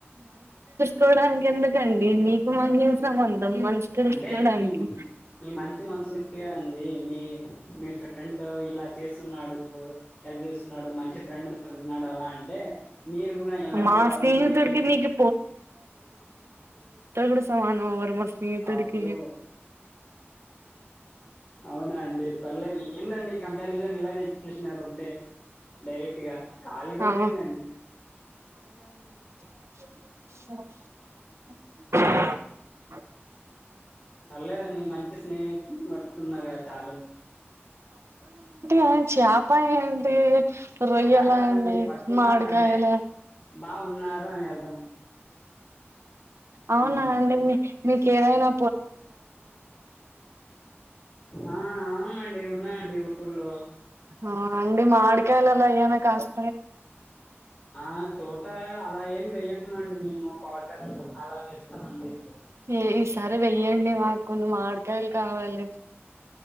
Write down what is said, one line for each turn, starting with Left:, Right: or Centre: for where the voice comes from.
Right: కోవడానికి ఎందుకండి మీకు మాకేం సంబంధం మనసు తెలుసుకోవడానికి
Left: అంటే మీ మీ మంచి మనుషు అ అండి మీ మీ ఫ్రెండ్ ఇలా చేసి స్తున్నాడు హెల్ప్ జేస్సున్నాడు మంచి ఫ్రెండ్ దొరికినాడు అలా అంటే మీరు కూడా ఎలాంటి
Right: మా
Left: వారు
Right: స్నేహితుడికి
Left: మీరు హెల్ప్ చే
Right: మీకు డు సమానం స్నేహితుడికి
Left: అబ్బో అవునా అండి పర్లేదు ఏందండి కంపారిజన్ ఇలా చేసినారు ఒకటే డైరెక్ట్ గా కళికట
Right: ఆ
Left: ఏందండి
Right: అ స <unintelligible>
Left: పర్లేదండి మంచి స్నేహితుని పట్టుకున్నారుగ చాలు
Right: అ చేపా ఏంటి రొయ్యలా
Left: అలా కాదండి
Right: అండి
Left: పట్టుకున్నారు
Right: మామిడికాయలా
Left: అంటే బాగున్నారు నే అర్థం
Right: అవునా
Left: ఉమ్.
Right: అండి మీ మీకేదై నా
Left: ఆ అవునండి ఉన్నానండి ఊర్లో
Right: అవునా అండి మామిడికాయలల అయ్యనా కాస్త
Left: ఆ తోట అలా ఏమి వేయమండి మేము కాటన్ అలా వేస్తామ అండి
Right: ఏ ఈ సారి వెయ్యండి మాకు మాడకాయలు కావాలి ఉ